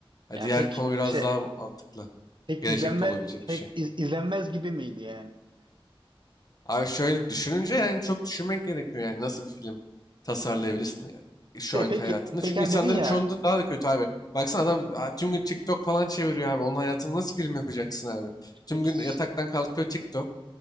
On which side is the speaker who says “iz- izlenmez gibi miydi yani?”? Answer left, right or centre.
Right